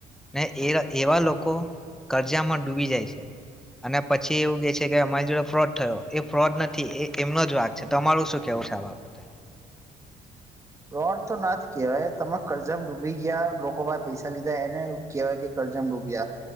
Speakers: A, in the centre; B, on the right.
A: ને એ એ એવા લોકો કરજામાં ડૂબી જાય છે અને પછી એવું કે છે કે અમારી જોડે ફ્રોડ થયો એ ફ્રોડ નથી એ એમનો જ વાક છે તમારું શું કેવું છે આ બાબતે
B: ફ્રોડ તો ના જ કહેવાય તમે કરજા મા ડૂબી ગયા લોકો પાહે પૈસા લીધા એને કહેવાય કે કરજા મા ડૂબ્યા